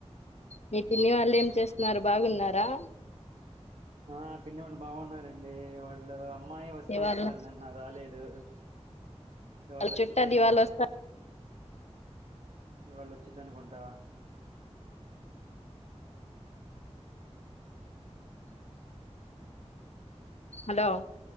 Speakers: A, on the left; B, on the right.
A: మీ పిన్ని వాళ్ళు ఏం చేస్తున్నారు బాగున్నారా దా
B: ఆ పిన్నోళ్ళు బాగున్నారండి వాళ్ళు అమ్మాయి వస్తదన్నారు
A: ఇవాళ
B: నిన్న రాలేదు, ఇవాళ్ళోచ్చిందేమో
A: వాళ్ళ చుట్టాలు ఇవాళ వస్తా
B: ఇవాళోచ్చిద్ది అనుకుంటా
A: హలో